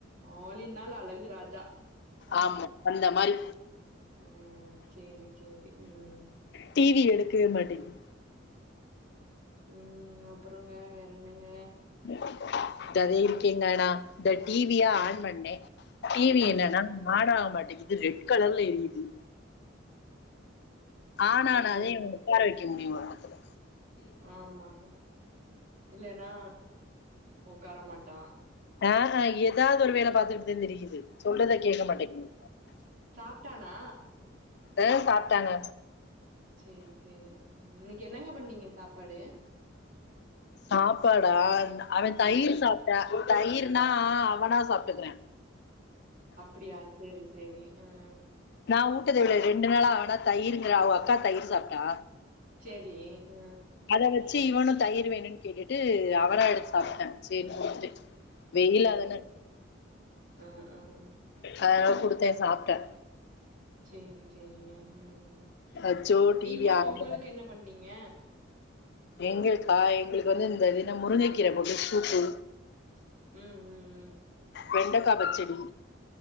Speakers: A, on the right; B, on the left.
A: ஆலின்னால் அழகு ராஜா போங்க
B: ஆமா அந்த மாரி
A: ம் சேரி சேரி ம்
B: டிவி எடுக்கவே மாட்டேங்குது.
A: ம் அப்பறங்க வேறென்னங்க
B: <unintelligible> இருக்கீங்கண்ணா இந்த டிவிய ஆன் பண்ணே டிவி
A: ம்
B: என்னன்னா
A: ம்
B: ஆன் ஆக மாட்டேங்குது ரெட் கலர்ல எரியுது ஆன்னானாதே
A: ஆன் பண்ணி
B: ஒக்கார வைக்க முடியும் ஒரு இடத்துல
A: ஆம்மா இல்லைன்னா ஒக்கார மாட்டா
B: அ ஹ ஏதாவது ஒரு வேலை பாத்துத்துட்டு தான் திரியுது சொல்றத கேட்க
A: ம்
B: மாட்டேங்குது
A: சாப்ட்டானா
B: அ சாப்ட்டாங்க
A: சேரி சேரி இன்னைக்கு என்னங்க பண்ணீங்க சாப்பாடு
B: சாப்பாடா அவன் தயிர்
A: ம்
B: சாப்பிட்டா கயிர்னா அவனா சாப்ட்டுக்கிறே
A: அப்டியா சேரி சேரி ம்
B: நா ஊட்டது எவ்ளவு ரெண்டுநாளா அவனா தயிர்ங்கிற அவன் அக்கா தயிர் சாப்ட்டா
A: சேரி உ
B: அத வச்சு இவனும் தயிர் வேணும்ன்னு கேட்டுட்டு அவனா எடுத்து சாப்ட்டான் சேரின்னு கொடுத்துட்டேன் வெயிலாதானே
A: ஓ அ அ அ
B: அதனால குடுத்தே சாப்ட்டா
A: சேரி சேரிங்க ம்
B: அச்சோ டி
A: நீங்க
B: வி ஆனே
A: உங்களுக்கு என்ன பண்ணீங்க
B: எங்களுக்கா எங்ளுக்கு வந்து இந்த இதென்ன முருங்கக்கீரை போட்டு சூப்பு
A: ம் ம் ம்
B: வெண்டைக்கா பச்சடி